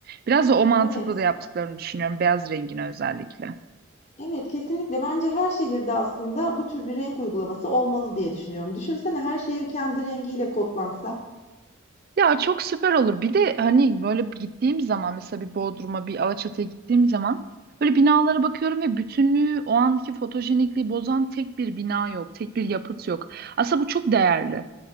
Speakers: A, on the right (about 50°); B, on the left (about 40°).
A: Biraz da o mantıkla
B: Evet,
A: da yaptıklarını düşünüyorum beyaz rengini özellikle.
B: evet kesinlikle. Bence her şehirde aslında bu tür bir renk uygulaması olmalı diye düşünüyorum. Düşünsene her şehir kendi rengiyle kodlansa.
A: Ya çok süper olur. Bir de hani böyle gittiğim zaman mesela bir Bodrum'a bir Alaçatı'ya gittiğim zaman böyle binalara bakıyorum ve bütünlüğü o anki fotojenikliği bozan tek bir bina yok. Tek bir yapıt yok. Aslında bu çok değerli.